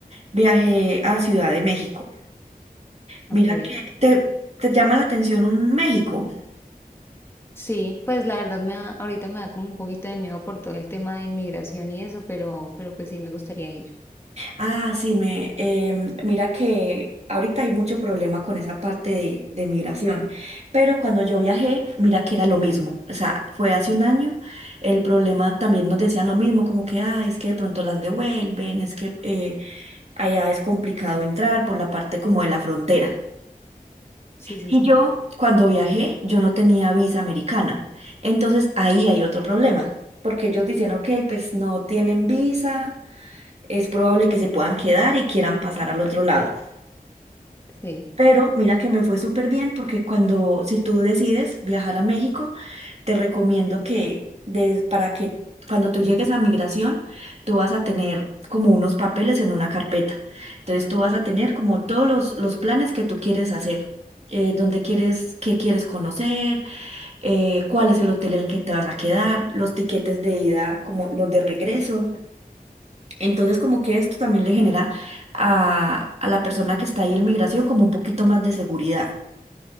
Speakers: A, on the right; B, on the left.
A: Viajé a Ciudad de México. Mira
B: Ok.
A: que te, te llama la atención un México.
B: Sí, pues la verdad me da- ahorita me da como un poquito de miedo por todo el tema de inmigración y eso, pero, pero pues sí me gustaría ir.
A: Ah, sí, me, em, mira que ahorita hay mucho problema con esa parte de, de migración, pero cuando yo viajé, mira que era lo mismo, o sea, fue hace un año, el problema también nos decían lo mismo, como que, ah, es que de pronto las devuelven, es que eh, allá es complicado entrar por la parte como de la frontera.
B: Sí, sí,
A: Y
B: sí.
A: yo, cuando viajé, yo no tenía visa americana, entonces ahí hay otro problema, porque ellos dicen, ok, pues no tienen visa es probable que se puedan quedar y quieran pasar al otro lado.
B: Sí,
A: Pero mira que me fue súper bien porque cuando, si tú decides viajar a México, te recomiendo que des- para que cuando tú llegues a migración, tú vas a tener como unos papeles en una carpeta. Entonces tú vas a tener como todos los, los planes que tú quieres hacer. eh, dónde quieres, qué quieres conocer, eh, cuál es el hotel en el que te vas a quedar, los tiquetes de ida, como los de regreso. Entonces, como que esto también le genera a, a la persona que está ahí en migración como un poquito más de seguridad.